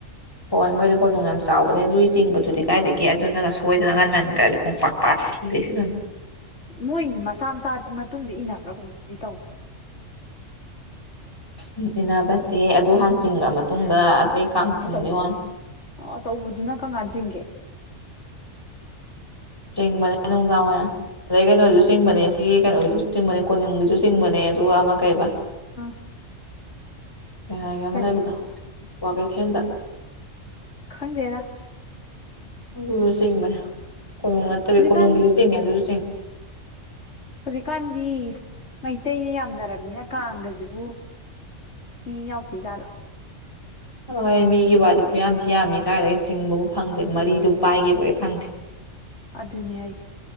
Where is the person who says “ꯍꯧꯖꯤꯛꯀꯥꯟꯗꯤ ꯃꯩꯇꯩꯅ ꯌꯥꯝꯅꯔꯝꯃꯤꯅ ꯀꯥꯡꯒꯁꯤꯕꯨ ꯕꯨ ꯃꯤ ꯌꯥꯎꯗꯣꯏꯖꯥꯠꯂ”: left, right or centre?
Left